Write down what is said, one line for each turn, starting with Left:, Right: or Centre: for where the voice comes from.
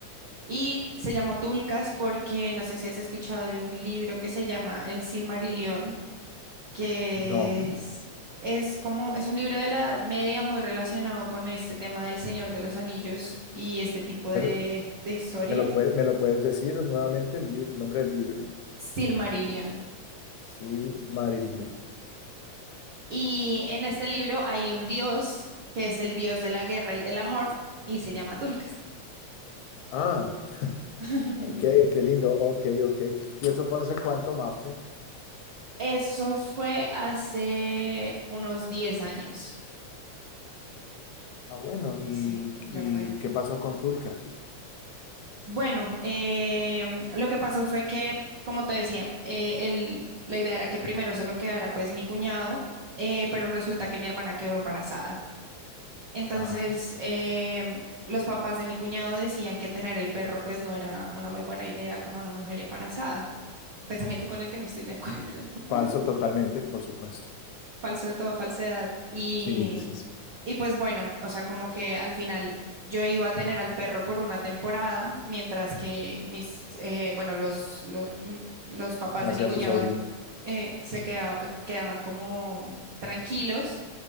Right: Y se llamó Tulcas porque no sé si has escuchado de un libro que se llama El Silmarillion, que
Left: No.
Right: es, es como, es un libro de la Edad Media muy relacionado con este tema del Señor de los Anillos y este tipo de,
Left: ¿Me lo,
Right: de historias.
Left: me lo puede- me lo puedes decir nuevamente el, libro- el nombre del libro?
Right: Silmarillion.
Left: Silmarillion.
Right: Y en este libro hay un dios que es el dios de la guerra y del amor y se llama Tulkas.
Left: Ah,
Right: <laughs>
Left: ok, qué lindo. Ok, ok. ¿Y eso fue hace cuánto, Mafe?
Right: Eso fue hace unos 10 años.
Left: Ah, bueno. ¿Y,
Right: Sí, ya
Left: y
Right: fue.
Left: qué pasó con Tulca?
Right: Bueno, em, lo que pasó fue que, como te decía, eh, el- la idea era que primero se lo quedara pues mi cuñado, eh, pero resulta que mi hermana quedó embarazada. Entonces,
Left: Ajá.
Right: em, los papás de mi cuñado decían que tener el perro pues no era una muy buena idea con una mujer embarazada. Pensamiento con el que no estoy de acuerdo. <laughs>
Left: Falso totalmente, por supuesto.
Right: Falso de toda falsedad. Y,
Left: Sí, sí, sí.
Right: y pues bueno, o sea, como que al final yo iba a tener al perro por una temporada, mientras que mis, eh, bueno, los, lo- m- los, papás
Left: Nacía
Right: de mi cuñado
Left: tu sobrino.
Right: eh, se queda- quedaban como tranquilos.